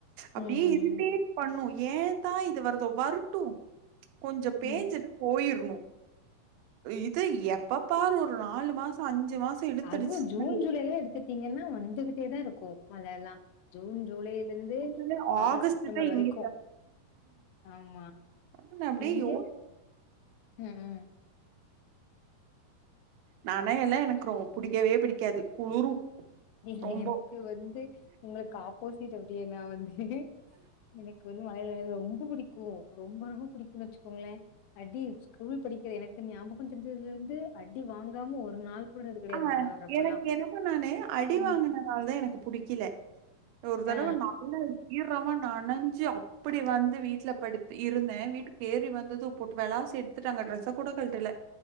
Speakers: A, on the left; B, on the right.
A: ம்.
B: அப்டியே இரிடேட் பண்ணு ஏந்தா இது வருதோ வறட்டு கொஞ்சோ பேஞ்சிட்டு
A: ம்.
B: போயிர்ணு இது எப்ப பாரு ஒரு நாலு மாசோ அஞ்சி மாசோ இழுத்தடிச்சுச்சுன்னா
A: அதுவு ஜூன் ஜூலைல எடுத்துட்டீங்ன்னா வந்துகிட்டே தா இருக்கு மழல்லா ஜூன் ஜூலைலருந்து
B: அதுவே
A: ஆகஸ்ட்
B: ஆகஸ்ட்தா
A: செப்டம்பர் வரைக்கு
B: இங்க
A: ஆமா
B: ஆமா நா அப்டியே
A: இங்க
B: யோ
A: ம் ம்
B: நனையல்லா எனக்குறொ புடிக்கவே புடிக்காது குளுரு
A: இல்ல
B: ரொம்போ
A: எனக்கு வந்து உங்களுக்கு ஆப்போசிட் அப்டியே நா வந்து எனக்கு வந்து மழையில நனைறது ரொம்ப பிடிக்கு ரொம்ப ரொம்ப பிடிக்குன்னு வச்சுக்கோங்களே அடி ஸ்கூல் படிக்க எனக்கு ஞாபகோ தெரிஞ்சதுல இருந்து அடி வாங்காம ஒரு நாள் கூட இருந்தது கிடையாது
B: ஆ
A: மழ வர்றப்பல்லாம்.
B: எனக் எனக்கு நானு அடி
A: ம்.
B: வாங்குனனால தா எனக்கு புடிக்கல ஒரு தரவ
A: ஆ
B: நல்லா ஈரமா நனஞ்சி அப் டி வந்து வீட்ல படுத் இருந்தே வீட்டுக்கு ஏறி வந்தது போட்டு விளாசி எடுத்துட்டாங்க டிரரெஸ்ஸ கூட கழட்டல